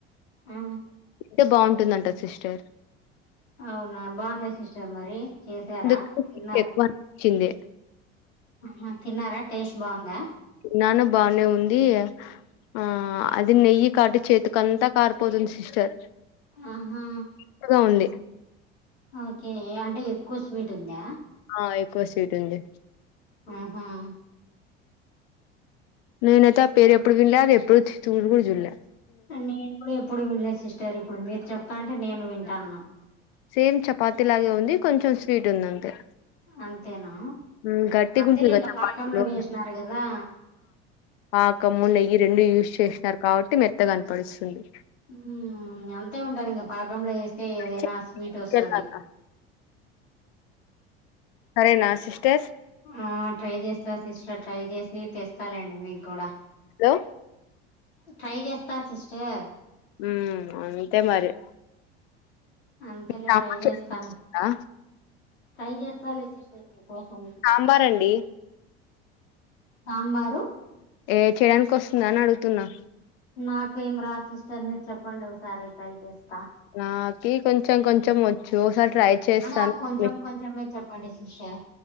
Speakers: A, on the left (about 85°); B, on the left (about 65°).
A: ఆ
B: టే బాగుంటుందంట సిస్టర్
A: అవునా బావుందా సిస్టర్ మరి చేసారా
B: దుకు
A: తిన్నారు
B: ఎక్కువ అనిపిచ్చింది
A: ఆహా తిన్నారా టేస్ట్ బావుందా
B: నాన్న బానే ఉంది ఆ అది నెయ్యి కాటి చేతికి అంతా కారిపోతుంది సిస్టర్
A: ఆహా
B: త్తగ ఉంది
A: ఓకే అంటే ఎక్కువ స్వీట్ ఉందా
B: ఆ ఎక్కువ స్వీట్ ఉంది
A: ఉ హ్మ్
B: నేనైతే ఆ పేరు ఎప్పుడు విన్లే అది ఎప్పుడు చూడ్ను కూడ చూడ్ల
A: నేను కూడా ఎప్పుడు వినలేదు సిస్టర్ ఇప్పుడు మీరు చెప్తాంటే నేను వింటన్న
B: సేమ్ చపాతి లాగే ఉంది కొంచెం స్వీట్ ఉంది అంతే
A: అంతేనా
B: ఉమ్, గట్టిగా
A: అంతే
B: ఉంటుంది
A: లే ఇంక
B: కదా చపాతీలో
A: పాకంలో వేసినారు కదా
B: పాకము నెయ్యి రెండు యూజ్ చేసినారు కాబట్టి మెత్తగనపడుస్తుంది
A: మ్మ్ అంతే ఉంటది ఇంకా పాకంలో వేస్తే ఏదైనా
B: చెప్పించుకెళ్ళాలా?
A: స్వీట్ వస్తది
B: సరేనా సిస్టర్స్
A: ఆ ట్రై చేస్తా సిస్టర్ ట్రై చేసి తెస్తలెండి మీకు కూడా
B: హలో
A: ట్రై చేస్తా సిస్టర్
B: మ్మ్ అంతే మరి
A: అంతేలే
B: సాంబార్
A: ట్రై చేస్తాను
B: చేయాలా?
A: ట్రై చేస్తాలే సిస్టర్ మీకోసం
B: సాంబార్ అండి
A: సాంబారు
B: ఏ చేయడానికి వస్తుందా అని అడుగుతున్నా
A: నాకేం రాదు సిస్టర్ మీరు చెప్పండి ఒకసారి ట్రై జేస్తా
B: నాకి కొంచెం కొంచెం వచ్చు ఒకసారి ట్రై చేస్తాను
A: అదె ఆ కొంచెం కొంచెమే చెప్పండి సిస్టర్